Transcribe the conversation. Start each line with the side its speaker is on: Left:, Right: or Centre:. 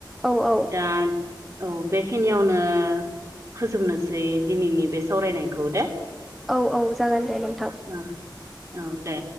Centre: औ औ
Right: दा औ बेखिनियावनो फोजोबनोसै दिनैनि बे सावरायनायखौ दे।
Centre: औ औ जागोन दे नोंथां।
Right: औ औ दे।